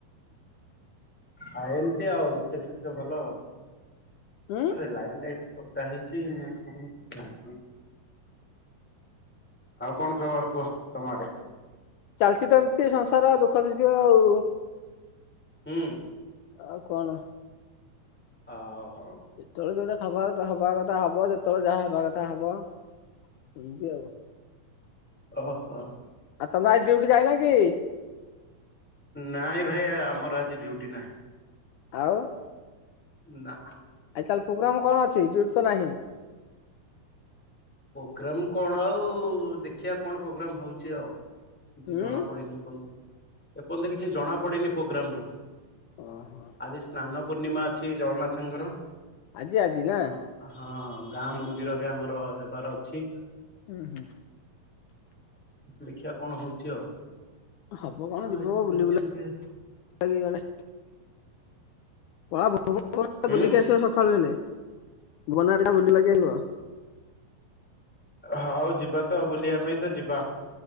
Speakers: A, in the centre; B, on the left.
A: ଆ ଏମିତି ଆଉ ଦୁଖ ସୁଖ ଭଲ, ଆଉ
B: ଉଁ
A: ଆରେ ଲାଇ କଟା ହେଇଚି ନା କଣ? ଆଉ କଣ ଖବର କୁହ? ତମ ଆଡେ?
B: ଚାଲିଚ ତ ଏମିତି ସଂସାର ଦୁଃଖ ସୁୁଖ ଆଉ।
A: ହୁଁ।
B: ଆଉ କଣ?
A: ହ ହଉ ହଉ।
B: ଯେତେବେଳେ ଯୋଉଟା ଥବ ହେବା ବେଳେ ହବ, ଯେ କେତେବେଳେ ଯାହା ହେବା କଥା ହବ, ବୁଝି ଆଉ
A: ଓ ହୋ।
B: ଆଉ ତମର ଆଜି ଡିଉଟି ଯାଇନା କି?
A: ନାଇଁ ଭାଇ ଆମର ଆଜି ଡୁଟି ନାହିଁ।
B: ଆଉ।
A: ନା।
B: ତାହଲେ ପ୍ରୋଗ୍ରାମ କଣ ଅଛି? ଡିଉଟି ତ ନାହିଁ।
A: ପ୍ରୋଗ୍ରାମ କଣ ଆଉ ଦେଖିବା କଣ ପ୍ରୋଗ୍ରାମ ହଉଚି ଆଉ। କିଛି
B: ହୁଁ
A: ଜଣା ପଡନି ଏପର୍ଯ୍ୟନ୍ତ, ଏପର୍ଯ୍ୟନ୍ତ କିଛି ଜଣା ପଡନି ପ୍ରୋଗ୍ରାମ ର।
B: ଓହୋ
A: ଆଜି ସ୍ନାନ ପୂର୍ଣ୍ଣିମା ଅଛି ଜଗନ୍ନାଥଙ୍କର।
B: ଆଜି ଆଜି ନା
A: ଆମ ହଁ ଗାଁ ମନ୍ଦିରରେ ଆମର ଙ୍କର ଅଛି
B: ହୁଁ ହୁଁ
A: ଦେଖିବା କଣ ହୋଉଚି ଆଉ।
B: ହବ କଣ
A: ହଁ
B: ଯିବ
A: ଏଠି ତ
B: ବୁଲି
A: କନେକ୍ସନ
B: ବୁଲା
A: ଦିଆ
B: ପଳା ଭ
A: ହୁଁ
B: ବୁଲିକି ଆସିବା ସକାଳୁ ହେଲେ <unintelligible> ବୁଲି ବୁଲାକି <unintelligible>
A: ହଁ ଆଉ ଯିବା ତ ଆଉ ବୁଲିବା ପାଇଁ ତ ଯିବା।